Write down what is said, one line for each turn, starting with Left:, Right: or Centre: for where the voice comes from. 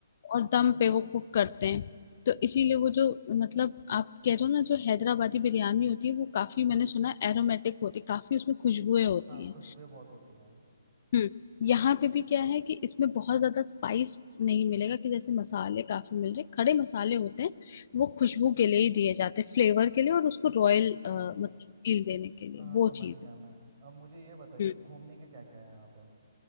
Left: और दम पे वो कुक करते हैं तो इसीलिए वो जो मतलब आप कह रहे हो ना जो हैदराबादी बिरयानी होती है वो काफी मैंने सुना एरोमेटिक होती है काफी उसमें खुशबुएं होती
Right: हाँ
Left: हैं
Right: खुशबू बहुत होती है
Left: हम्म यहाँ पे भी क्या है कि इसमें बहुत ज्यादा स्पाइस नहीं मिलेगा कि जैसे मसाले काफी मिल रहे खड़े मसाले होते हैं वो खुशबू के लिए ही दिए जाते हैं फ्लेवर के लिए और उसको रॉयल
Right: अच्छा
Left: मतलब फील देने के लिए
Right: हाँ
Left: वो
Right: समझ
Left: चीज
Right: गया मैं अब मुझे ये बताइए
Left: हम्म
Right: घूमने के क्या क्या है यहाँ पे